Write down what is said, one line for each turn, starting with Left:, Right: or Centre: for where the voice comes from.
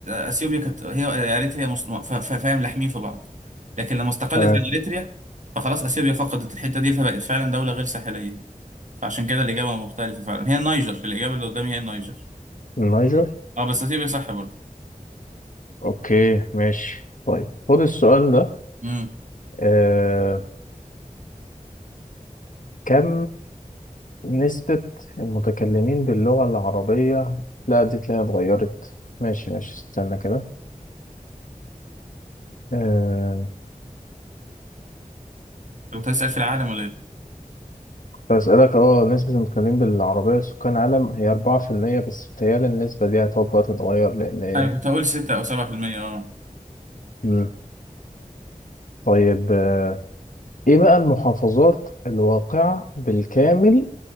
Right: آه، اثيوبيا كانت هي آه، اريتريا مس- ف- ف- فاهم لاحمين في بعض لكن لما استقلت
Left: تمام
Right: عن اريتريا فخلاص اثيوبيا فقدت الحته دي فبقت فعلا دوله غير ساحليه فعشان كده الاجابه مختلفه فعلا هي النيجر الاجابه اللي قدامي هي النيجر
Left: النيجر
Right: اه بس اثيوبيا صح برضه
Left: اوكي ماشي طيب خد السؤال ده
Right: امم
Left: آه، كم نسبة المتكلمين باللغة العربية لا دي تلاقيها اتغيرت ماشي ماشي استنى كده آه،
Right: كنت هسأل في العالم ولا ايه؟
Left: بسألك اه نسبة المتكلمين بالعربية سكان العالم هي أربعة في المية بس بتهيألي النسبة دي هتقعد بقى تتغير لأن
Right: انا كنت هقول 6 او 7% اه
Left: مم. طيب آه، ايه بقى المحافظات الواقعة بالكامل